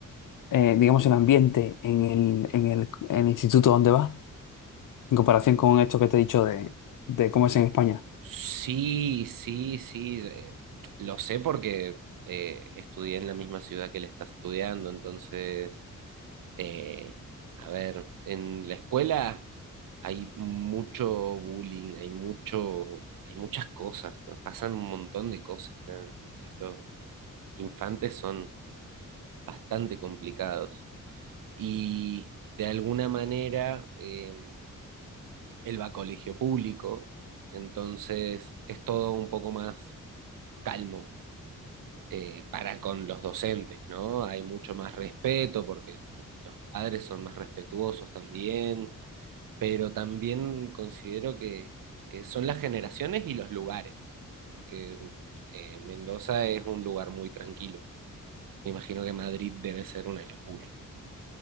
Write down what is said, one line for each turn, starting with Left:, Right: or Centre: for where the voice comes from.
Left: eh, digamos, el ambiente en el, en el, en el instituto donde vas en comparación con esto que te he dicho de, de cómo es en España?
Right: Sí, sí, sí. eh, lo sé porque eh, estudié en la misma ciudad que él está estudiando. Entonces, eh, a ver, en la escuela hay mucho bullying, hay mucho, hay muchas cosas, pasan un montón de cosas. la- Los infantes son bastante complicados. Y de alguna manera, eh, él va a colegio público, entonces es todo un poco más calmo eh, para con los docentes, ¿no? Hay mucho más respeto porque los padres son más respetuosos también, pero también considero que, que son las generaciones y los lugares, porque eh, Mendoza es un lugar muy tranquilo. Me imagino que Madrid debe ser una locura.